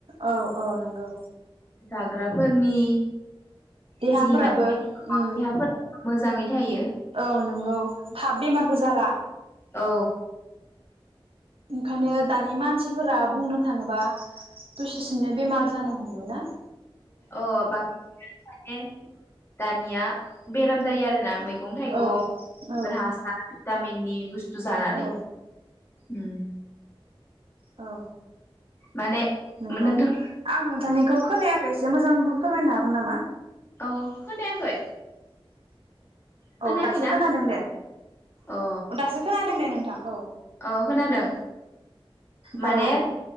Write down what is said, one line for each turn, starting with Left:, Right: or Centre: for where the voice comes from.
Right: औ औ नंगौ
Left: जाग्राफोरनि
Right: देहाफोराबो
Left: जि माने
Right: उम
Left: देहाफोरा मोजाङै थायो
Right: औ नंगौ थाब बेमारबो जाला
Left: औ
Right: ओंखायनो दानि मानसिफोरा बुंनो थाङोबा दससेनो बेमार जानो हमोना
Left: अ <unintelligible> दानिया बेराम जायो आरोना मै मैगं थाइगं
Right: औ औ
Left: <unintelligible> हासार गामिनि बुस तु जानानै
Right: औ
Left: उम
Right: औ
Left: माने
Right: नंगौ
Left: नोंथां
Right: आं नोंथांनिखौ खोनायाखै एसे मोजांबो फोरमायनो हागोन नामा
Left: औ खोनायाखै खोनायाखैना
Right: औ दासो खोनादों दे
Left: अ
Right: औ दासो खोनादों दे नों थां औ
Left: औ खोनादों माने
Right: औ